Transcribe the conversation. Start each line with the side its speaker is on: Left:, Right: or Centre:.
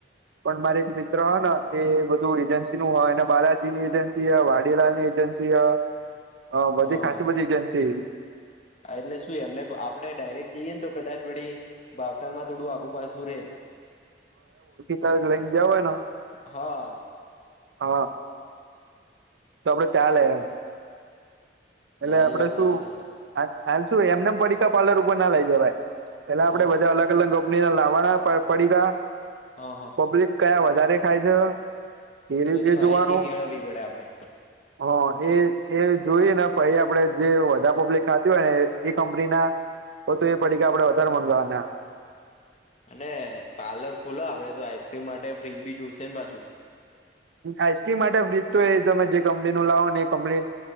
Right: પણ મારે એક મિત્ર હ ને એ બધું ધુ એજન્સી નું હ એ બાલાજીની એજન્સી હ વાડીલાલ ની એજન્સી હ. હ
Left: હોવે
Right: બધી
Left: હોવે
Right: ખાસી બધી એજન્સી હિ.
Left: હા એટલે શું એમને આપડે ડાયરેક્ટ જઈએ ને તો કદાચ વળી ભવતાલમાં થોડું આગુ પાછું રે.
Right: તો લઈને જવા નો
Left: હા
Right: હ. તો આપડે ચાલે એમ એટલે
Left: હા
Right: આપડે
Left: એ વાત
Right: શું
Left: સાચી તમારી
Right: હાલ શું એમને પડીકા પાર્લર ઉપર ના લઈ જવાય પેલા આપડે
Left: તો
Right: બધા અલગ અલગ લાવવાના પડીકા
Left: હા હા
Right: પબ્લિક કયા વધારે ખાય છે એ રીતે
Left: બધી માહિતી
Right: જોવાનુ
Left: મેળવવી પડે આપડે
Right: હ એ એ જોઈ ને પછી આપડે જે વધારે પબ્લિક ખાતી હોય ને એ કંપની ના તો તો એ પડીકા આપડે વધારે મગાવાના
Left: અને પાર્લર ખુલો આપડે તો આઈસક્રીમ માટે ફ્રીજ બી જોશે ને પાછુ
Right: આઈસ્ક્રીમ માટે ફ્ર્રીજ તો એ તમે જે કંપની નું લાવો ને એ કંપની